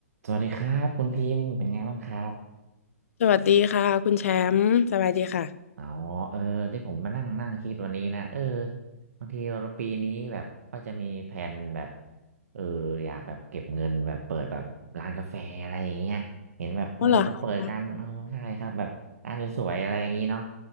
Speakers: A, on the right; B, on the left.
A: สวัสดีครับคุณพิมพ์เป็นไงบ้างครับ
B: สวัสดีค่ะคุณแชมป์สบายดีค่ะ
A: อ๋อเออที่ผมมานั่งนั่งคิดวันนี้นะเออบางทีเราปีนี้แบบก็จะมีแผนแบบเอออยากแบบเก็บเงินแบบเปิดแบบร้านกาแฟอะไรอย่างเงี้ยเห็นแบบคนอื่นเขาเปิดกันโอ้ใช่ครับแบบร้านสวยๆอะไรอย่างงี้เนาะ
B: ว่อเหรอคะ